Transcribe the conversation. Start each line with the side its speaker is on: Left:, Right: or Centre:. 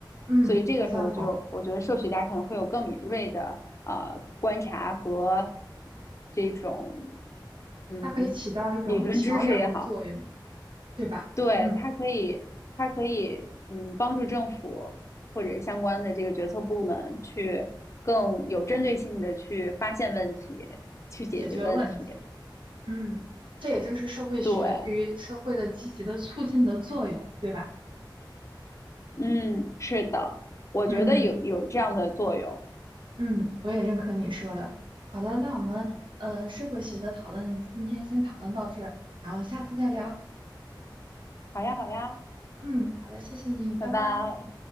Right: 嗯，
Left: 所以这个时候就我觉得社会学家可能会有更敏锐的呃观察和
Right: 我赞同，
Left: 这种。嗯，
Right: 它可以起到一种桥梁的作用，
Left: 理论知识也好，
Right: 对吧？
Left: 对，
Right: 嗯，
Left: 它可以，它可以，嗯，帮助政府或者是相关的这个决策部门去更有针对性的去发现问题，去解决问题。
Right: 解决问题，嗯，这也就是社会学对于社会的积极的促进的作用，
Left: 对，
Right: 对吧？
Left: 嗯，是的，我觉得有有这样的作用。
Right: 嗯嗯，我也认可你说的。好的，那我们呃社会学的讨论今天先讨论到这儿，然后下次再聊。
Left: 好呀，好呀，
Right: 嗯，好的，谢谢你，拜拜。
Left: 拜拜。